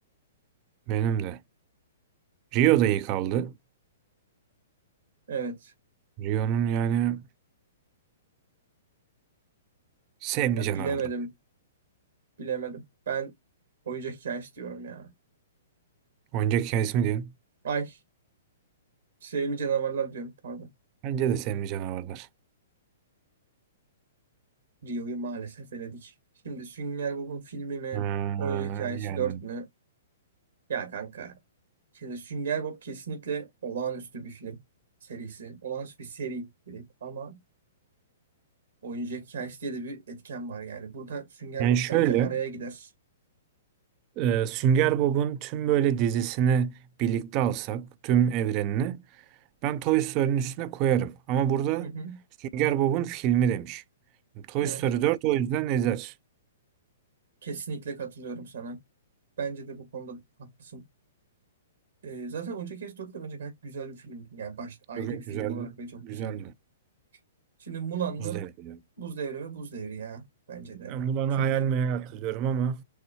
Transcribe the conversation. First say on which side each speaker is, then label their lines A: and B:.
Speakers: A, on the right; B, on the right.
A: Benim de. Rio da iyi kaldı.
B: Evet.
A: Rio'nun yani sevimli
B: Ya
A: canavarlar.
B: bilemedim. Bilemedim. Ben oyuncak hikayesi diyorum ya.
A: Oyuncak hikayesi mi diyorsun?
B: Ay sevimli canavarlar diyorum pardon.
A: Bence de sevimli canavarlar.
B: Rio'yu maalesef eledik. Şimdi Sünger Bob'un filmi mi?
A: Ha,
B: Oyuncak hikayesi
A: yani
B: dört mü? Ya kanka Şimdi Sünger Bob kesinlikle olağanüstü bir film serisi. Olağanüstü bir seri direkt ama oyuncak hikayesi diye de bir etken var yani. Burada Sünger
A: Yani
B: Bob
A: şöyle,
B: bence araya gider.
A: e, Sünger Bob'un tüm böyle dizisini birlikte alsak, tüm evrenini ben Toy Story'nin üstüne koyarım. Ama burada
B: Hı hı.
A: Sünger Bob'un filmi demiş. Toy
B: Evet.
A: Story dört, o yüzden ezer.
B: Kesinlikle katılıyorum sana. Bence de bu konuda haklısın. Ee, zaten Oyuncak Hikayesi 4 de bence gayet güzel bir filmdi. Yani baş, ayrı
A: Çok
B: bir film
A: güzel,
B: olarak ve çok
A: güzeldi.
B: güzeldi. Şimdi Mulan mı?
A: Buz Devri. yani.
B: Buz Devri mi? Buz Devri ya. Bence
A: Ben
B: de.
A: bunu bana
B: Çünkü
A: hayal meyal hatırlıyorum ama